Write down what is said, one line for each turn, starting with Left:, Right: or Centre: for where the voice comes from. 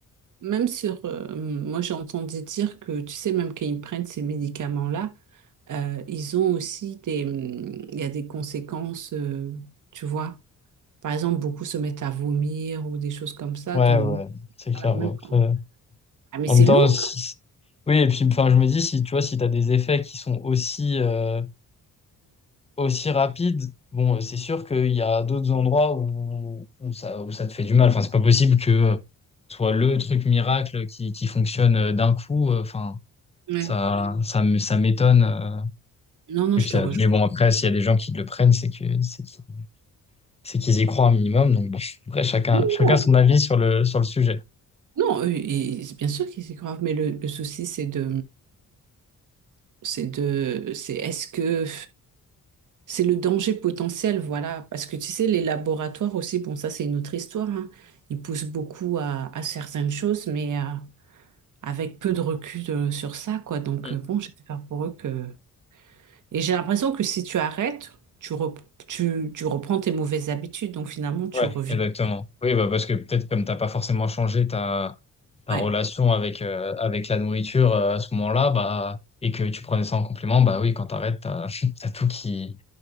Right: même sur, euh, moi, j'ai entendu dire que, tu sais, même quand ils prennent ces médicaments-là, euh, ils ont aussi des, il y a des conséquences, euh, tu vois. Par exemple, beaucoup se mettent à vomir ou des choses comme ça.
Left: Ouais,
Right: Donc,
Left: ouais, ouais, c'est clair.
Right: voilà, même
Left: Bon, après,
Right: quand- Ah, mais
Left: en
Right: c'est
Left: même temps,
Right: lourd.
Left: si-
Right: quand
Left: oui, et puis, enfin, je me dis, si tu vois, si t'as des effets qui sont aussi, euh, aussi rapide, bon, euh, c'est sûr qu'il y a d'autres endroits où, où ça, où ça te fait du mal. Enfin, c'est pas possible que euh, ce soit le truc miracle qui, qui fonctionne euh, d'un coup. Euh, Enfin,
Right: Mm. Ouais.
Left: ça, ça, me- ça m'étonne. euh.
Right: Non, non,
Left: Et
Right: je
Left: puis, ça-
Right: te rejoins.
Left: mais bon, après, s'il y a des gens qui le prennent, c'est que, c'est qu'ils c'est qu'ils y croient un minimum. Donc, bon, après, chacun,
Right: Oui,
Left: chacun
Right: non.
Left: son avis sur le, sur le sujet.
Right: Non, et, et c'est bien sûr que c'est grave, mais le, le souci, c'est de, c'est de, c'est est-ce que c'est le danger potentiel, voilà, parce que tu sais, les laboratoires aussi, bon, ça c'est une autre histoire, hein. Ils poussent beaucoup à, à certaines choses, mais euh, avec peu de recul euh, sur ça, quoi. Donc
Left: Mm.
Right: euh, bon, j'espère pour eux que. Et j'ai l'impression que si tu arrêtes, tu, rep- tu, tu reprends tes mauvaises habitudes, donc finalement tu
Left: Ouais,
Right: reviens.
Left: exactement. Oui, bah, parce que peut-être comme t'as pas forcément changé, t'as ta
Right: Ouais.
Left: relation avec, euh, avec la nourriture euh, à ce moment-là, bah, et que tu prenais ça en complément, bah oui, quand t'arrêtes, t'as, <laughs> t'as tout qui,